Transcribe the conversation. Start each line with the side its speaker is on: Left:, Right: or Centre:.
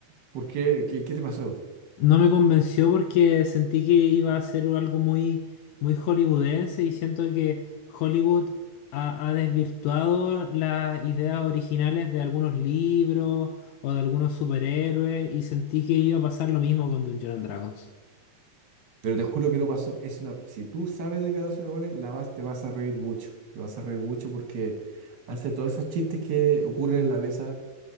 Right: ¿Por qué? ¿Qué, qué te pasó?
Left: No me convenció porque sentí que iba a ser algo muy, muy hollywoodense y siento que Hollywood ha, ha desvirtuado las ideas originales de algunos libros o de algunos superhéroes y sentí que iba a pasar lo mismo con Dungeons and Dragons.
Right: Pero te juro que no pasó. Es una, si tú sabes de Calabozos y Dragones, la vas, te vas a reír mucho. Te vas a reír mucho porque hace todos esos chistes que ocurren en la mesa.